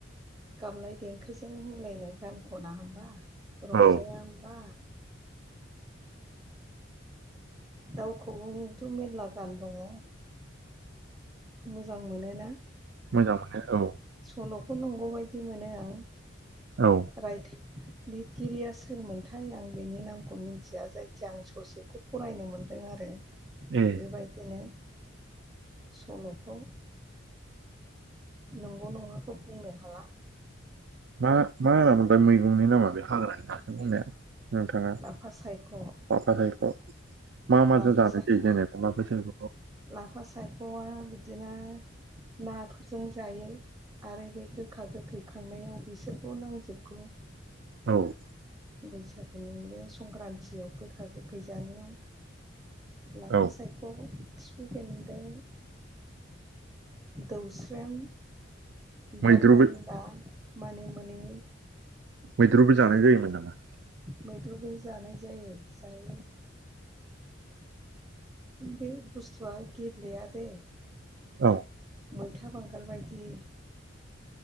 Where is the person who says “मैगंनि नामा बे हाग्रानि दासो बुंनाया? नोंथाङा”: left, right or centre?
Right